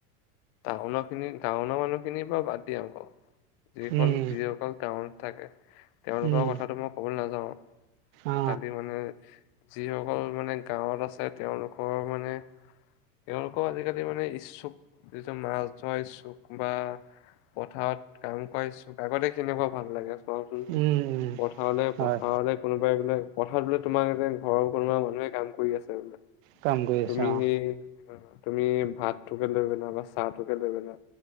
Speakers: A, on the left; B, on the right.
A: টাউনৰখিনি, টাউনৰ মানুহখিনিৰ পৰা বাদ দিয়া আকৌ, যিসকল-যিসকল
B: উম
A: টাউন থাকে, তেওঁলোকৰ
B: উম
A: কথাটো মই কবলৈ নাযাও,
B: অ
A: খালি মানে যিসকল মানে গাঁৱত আছে তেওঁলোকৰ মানে তেওঁলোকৰ আজিকালি মানে ইচ্ছুক, যিটো মাছ ধৰা ইচ্ছুক বা পথাৰত কাম কৰিছো, আগতে কেনেকুৱা ভাল লাগে চোৱাচোন।
B: উম উম
A: পথাৰলে-পথাৰলে
B: হয়
A: কোনোবাই বোলে, পথাৰত বোলে তোমাৰতে ঘৰৰ কোনোবা মানুহে কাম কৰি আছে বোলে।
B: কামগৈ
A: তুমি
B: আছা অ।
A: সেই তুমি ভাতটোকে লৈ পেলা বা চাহটোকে লৈ পেলা